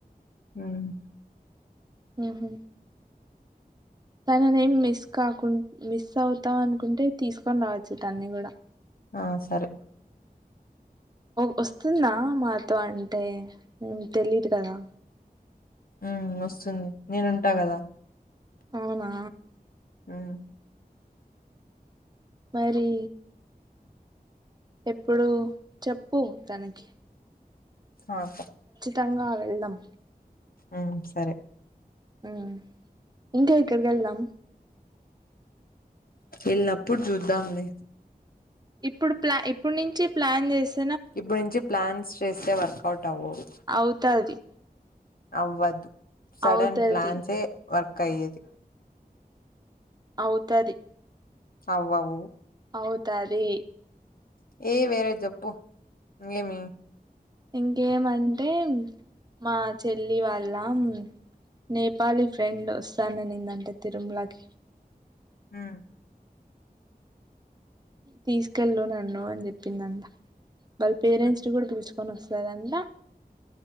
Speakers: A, on the left (about 65°); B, on the right (about 25°).
A: హ్మ్
B: ఉహ్ హు తననేం మిస్ కాకుం మిస్ అవుతా అనుకుంటే. తీసుకొని రావచ్చు తన్ని గూడా.
A: ఆ సరే
B: ఒ ఒస్తుందా మాతో అంటే? మేం తెలిదు కదా.
A: ఉమ్ ఒస్తుంది నేనుంటా గద.
B: అవునా
A: ఊమ్
B: మరీ ఎప్పుడు చెప్పు తనకి
A: ఆ ఓకే
B: తంగా వెళ్దాం
A: ఆమ్ సరే
B: ఊమ్ ఇంక ఎక్కడ్కెళ్దాం.
A: ఏళ్నప్పుడు చూద్దాంలే.
B: ఇప్పుడు ప్లా ఇప్పుడు నుంచి ప్లాన్ జేస్
A: ఇప్పుడు నుంచే ప్లాన్స్ చేస్తే. వర్కౌట్ అవ్వవ్
B: అవుతది
A: అవ్వదు. సడన్
B: అవుతది
A: ప్లాన్సే వర్క్ అయ్యేది.
B: అవుతది
A: అవ్వవు
B: అవుతది
A: ఏ వేరెద్ జెప్పు. ఇంగేమి?
B: ఇంకేమంటే మా చెల్లి వాళ్ళ మ్ నేపాలి ఫ్రెండ్ వస్తాననిందంట. తిరుమ్లకి
A: ఉమ్
B: తీసుకెళ్ళు నన్ను అని జెప్పిందంట. వాళ్ పేరెంట్స్
A: ఉమ్
B: ని గూడా పిలుచ్ కొనొస్తదంట.